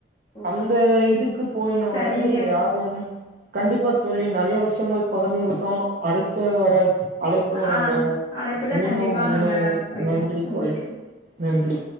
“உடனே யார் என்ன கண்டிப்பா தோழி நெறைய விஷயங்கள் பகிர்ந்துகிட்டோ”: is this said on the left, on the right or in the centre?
Right